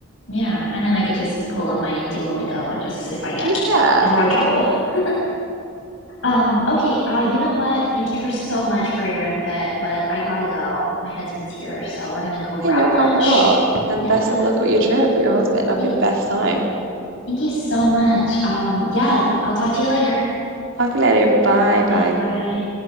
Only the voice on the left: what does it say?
Yeah. And then I could just pull up my Duolingo and just if I get,
if I have trouble. <laughs> Um, okay. Uh, you know what? Thank you for so much for your input, but I gotta go. My husband's here, so we're gonna go
grab
lunch.
Yeah.
Thank,
thank you so much. Um, yeah, I'll talk to you later.
Okay,
bye.